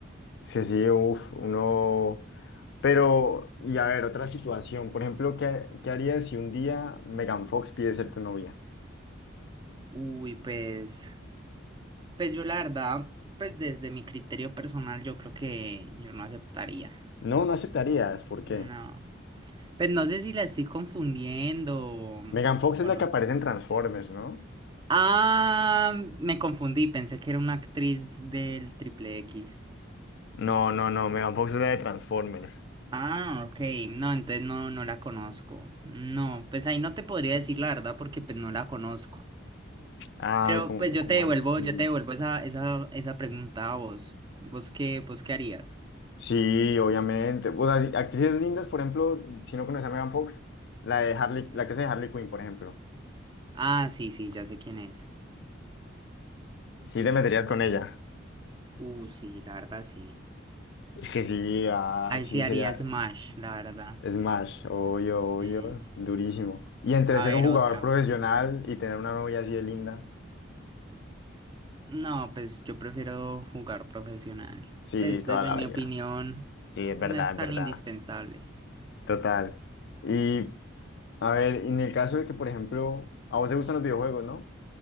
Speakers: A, on the left (about 60°); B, on the right (about 25°).
A: Sí, sí, uf, uno. Pero, y a ver, otra situación. Por ejemplo, ¿qué, qué harías si un día Megan Fox pide ser tu novia?
B: Uy, pues. Pues yo la verdad, pues desde mi criterio personal, yo creo que yo no aceptaría.
A: No, no aceptarías. ¿Por qué?
B: No. Pues no sé si la estoy confundiendo o,
A: Megan Fox
B: o
A: es la
B: no.
A: que aparece en Transformers, ¿no?
B: Ah, me confundí, pensé que era una actriz del Triple X.
A: No, no, no, Megan Fox es la de Transformers.
B: Ah, ok. No, entonces no, no la conozco. No, pues ahí no te podría decir la verdad porque pues no la conozco.
A: Ay,
B: Pero
A: como,
B: pues yo
A: como
B: te devuelvo,
A: así.
B: yo te devuelvo esa, esa, esa pregunta a vos. ¿Vos qué, vos qué harías?
A: Sí, obviamente. O sea, sí, actrices lindas, por ejemplo, si no conoces a Megan Fox, la de Harley, la que hace de Harley Quinn, por ejemplo.
B: Ah, sí, sí, ya sé quién es.
A: Sí te meterías con ella.
B: Uh, sí, la verdad sí.
A: Es que sí, ah,
B: Ahí
A: sí
B: sí haría
A: sería.
B: Smash, la verdad.
A: Smash, obvio, obvio,
B: Sí.
A: durísimo. Y entre
B: A
A: ser
B: ver,
A: un jugador
B: otra.
A: profesional y tener una novia así de linda,
B: No, pues yo prefiero jugar profesional.
A: sí,
B: Pues
A: toda
B: desde
A: la
B: mi
A: vida.
B: opinión,
A: Sí, es
B: no
A: verdad,
B: es
A: es
B: tan
A: verdad.
B: indispensable.
A: Total. Y a ver, en el caso de que, por ejemplo, a vos te gustan los videojuegos, ¿no?